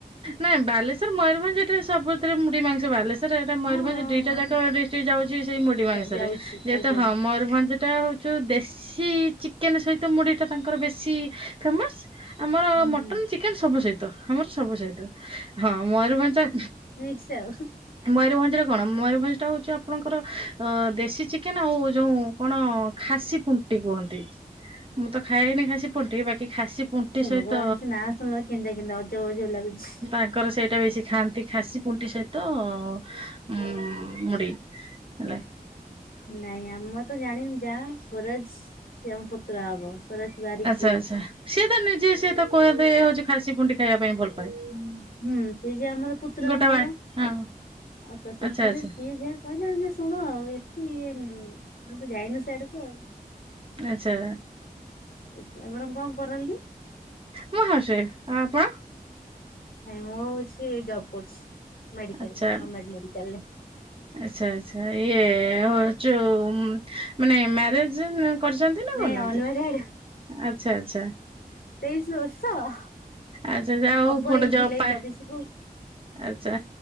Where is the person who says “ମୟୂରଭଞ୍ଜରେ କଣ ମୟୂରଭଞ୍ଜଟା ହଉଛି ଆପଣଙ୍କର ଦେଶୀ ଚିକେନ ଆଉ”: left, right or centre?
Right